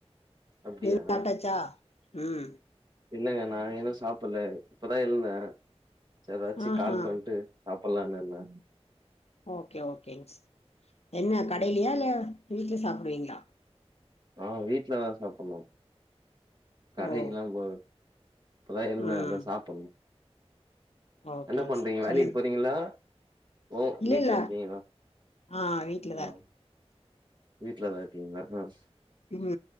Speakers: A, on the right; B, on the left.
A: அப்டியா
B: நீ சாப்ட்டாச்சா ம்
A: இல்லங்க நா இன்னு சாப்பிடல இப்பதா எழுந்தே ச ஏதாச்சு
B: ஆஹா
A: கால் பண்ட்டு சாப்பலான்னு இருந்தே
B: ஓகே ஓகேங்க சார் என்ன கடையிலையா
A: ம்
B: இல்ல வீட்ல சாப்பிடுவீங்களா
A: ஆ வீட்டுலதா சாப்புணு கடைக்குல்லா
B: ஓ
A: போல இப்பதா எழுந்தே
B: ம்
A: அதா சாப்புணு
B: ஓகேங்க
A: என்ன பண்றீங்க
B: சார்
A: வேலைக்
B: சொல்லுங்க
A: போறீங்களா ஓ
B: இல்ல
A: வீட்ல
B: இல்ல
A: இருக்கிங்களா
B: ஆ வீட்லதா
A: ம்
B: இருக்
A: வீட்லதா இர்க்கீங்களா ம்
B: இரு